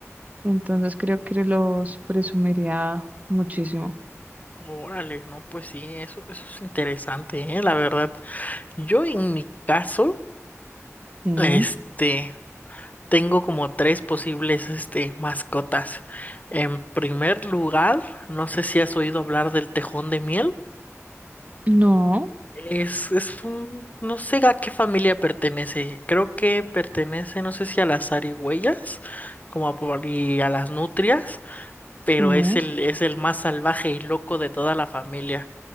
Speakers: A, on the right (about 30°); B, on the left (about 30°).
A: Entonces creo que los presumiría muchísimo.
B: Órale, no, pues sí, eso, eso es interesante, ¿eh? La verdad. Yo en mi caso,
A: Sí,
B: este, tengo como tres posibles, este, mascotas. En primer lugar, no sé si has oído hablar del tejón de miel.
A: no,
B: Es, es un, no sé a qué familia pertenece. Creo que pertenece, no sé si a las zarigüeyas, como a, por- y a las nutrias, pero
A: sí,
B: es el, es el más salvaje y loco de toda la familia.